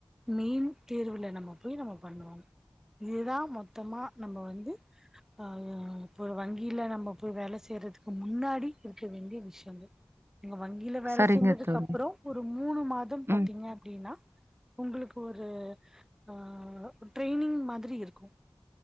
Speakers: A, in the centre; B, on the right.
A: மெயின் தேர்வுல நம்ம போய் நம்ம பண்ணுவோம் இதுதான் மொத்தமா நம்ம வந்து ஆஹ் இப்ப வங்கியில நம்ம போய் வேலை செய்யறதுக்கு முன்னாடி இருக்க வேண்டிய விஷயங்கள் நீங்க வங்கியில வேலை
B: சரிங்க
A: செஞ்சதுக்கு
B: தோழி
A: அப்பறோம் மூணு மாதம் பாத்தீங்க
B: ம்
A: அப்டின் னா உங்களுக்கு ஒரு ஆஹ் ட்ரைனிங் மாதிரி இருக்கும்